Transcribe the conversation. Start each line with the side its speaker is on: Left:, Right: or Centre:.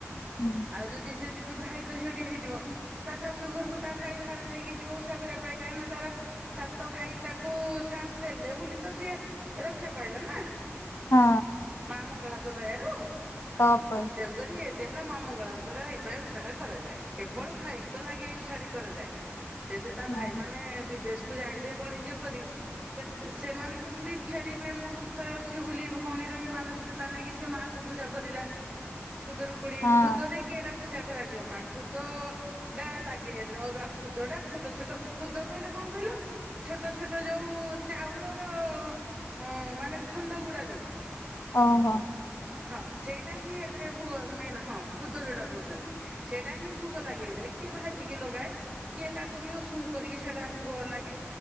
Left: ହଁ
Right: ଆଉ ଯଦି ସେ ବି ଭାଇ ତ ଝିଅ ଟିଏ ହେଇଥିବ। ତା ଶାଶୁ ଘରକୁ ତା ଭାଇ ବାହାର ନେଇକି ଯିବ ଉଷା କରିବା ପାଇଁ କାହିଁକି ନା ତାର ସାତ ଭାଇ ତାକୁ ସାଥ ଦେଲେ ବୋଲି ତ ସିଏ ରକ୍ଷା ପାଇଲା ନା।
Left: ହଁ।
Right: ମା ମଙ୍ଗଳା ଙ୍କ ଦୟାରୁ
Left: <unintelligible>
Right: ତେଣୁକରି ଏଟ ହେଲା ମା ମଙ୍ଗଳାଙ୍କର ଏଇଥିପାଇଁ ଓଷାଢା କରାଯାଏ କେବଳ ଭାଇଙ୍କ ଲାଗି ଏଇ ଓଷା କରାଯାଏ।
Left: <inaudible>
Right: ସେତ ତା
Left: ହଁ
Right: ଭାଇ ମାନେ ବିଦେଶ କୁ ଯାଇଦିଏ ବଣିଜ୍ୟ କରି ସେ ସେମାନେ କେମିତି ଫେରିବେ ମୁଁ ଦୁଃଖରେ ଅଛି ବୋଲି ଭଉଣୀର ମାନସିକତା ନେଇକି ସେ ମାଆଙ୍କୁ ପୂଜା କରିଲା ଖୁଦରୁ କୁଣି
Left: ହଁ
Right: ଖୁଦ ଦେଇକି ଏଟା ପୂଜା କରାଯିବ ମା ଖୁଦ ଟା ଲାଗେ ଏରେ ଅରୁଆ ଖୁଦ ଟା ଛୋଟ ଛୋଟ। ଖୁଦ କହିଲେ କଣ କହିଲ? ଛୋଟ ଛୋଟ ଯୋଉ ଚାଉଳର ଅ ମାନେ ଖଣ୍ଡ ଗୁଡା ଯୋଉ।
Left: ଅ ହଁ।
Right: ହଁ। ସେଇଟା ହିଁ ଏଥିରେ ଭୁ ମେନ୍ ହଁ। ଖୁଦ ଯୋଉଟା କହୁଛନ୍ତି। ସେଇଟା ହିଁ ଭୁଗ ଲାଗେ ଏଥିରେ। କିଏ ଭାଜିକି ଲଗାଏ। କିଏ ତାକୁ ବି ଉଷୁମ କରିକି ସେଟା ଭୁଗ ଲାଗେ।